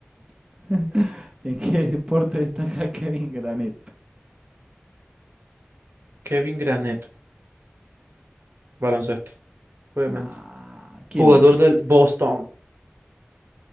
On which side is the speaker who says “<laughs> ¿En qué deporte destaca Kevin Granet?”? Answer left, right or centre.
Right